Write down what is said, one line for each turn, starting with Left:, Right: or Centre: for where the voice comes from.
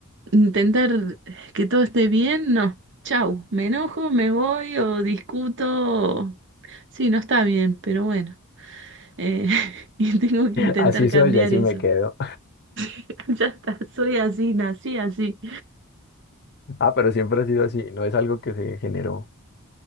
Right: intentar que todo esté bien, no. Chau, me enojo, me voy o discuto. o- Sí, no está bien, pero bueno. Eh, <laughs> y tengo que intentar
Left: Así
Right: cambiar
Left: soy, así
Right: eso.
Left: me quedo.
Right: <laughs> Ya está, soy así, nací así.
Left: Ah, pero siempre ha sido así, no es algo que se generó.